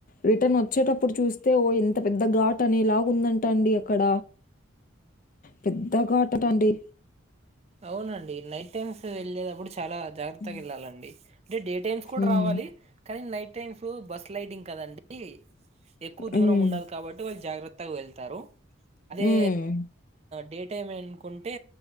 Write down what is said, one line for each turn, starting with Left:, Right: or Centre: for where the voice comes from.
Left: రిటర్న్ వచ్చేటప్పుడు చూస్తే ఓ ఎంత పెద్ద ఘాట్ అనేలాగ ఉందంట అండి అక్కడ. పెద్ద ఘాట్ అట్టండి.
Right: అవునండి నైట్ టైమ్స్ వెళ్ళేటప్పుడు చాలా. జాగ్రత్తగా
Left: హ్మ్.
Right: వెళ్ళాలండి అంటే డే టైమ్స్ కూడా
Left: హ్మ్.
Right: రావాలి. కానీ నైట్ టైమ్స్ బస్ లైటింగ్ కదండి ఎక్కువ దూరం
Left: హ్మ్.
Right: ఉండాలి కాబట్టి వాళ్ళు జాగ్రత్తగా వెళ్తారు అదే
Left: హ్మ్.
Right: డేట్ డే టైమే అనుకుంటే